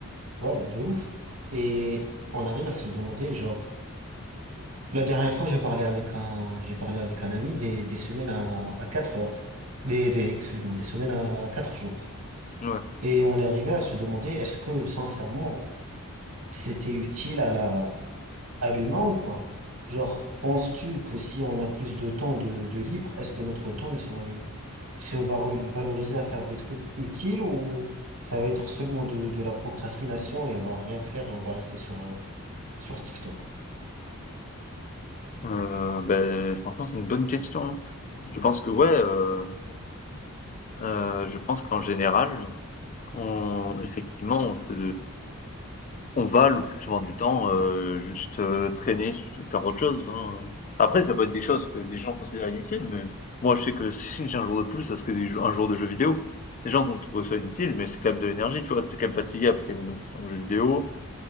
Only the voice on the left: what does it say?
Ouais.
Heu, beh, franchement, c'est une bonne question. Je pense que ouais, heu, heu, je pense qu'en général, on effectivement, on se On va le plus souvent du temps, heu, juste, heu, traîner, faire autre chose, hein. Après ça peut être des choses que des gens considèrent inutiles, mais moi je sais que si j'ai un jour de plus, ça serait des jou un jour de jeu vidéo. Les gens vont trouver ça inutile, mais c'est quand même de l'énergie, tu vois? t'es quand même fatigué après une bonne session de jeu vidéo,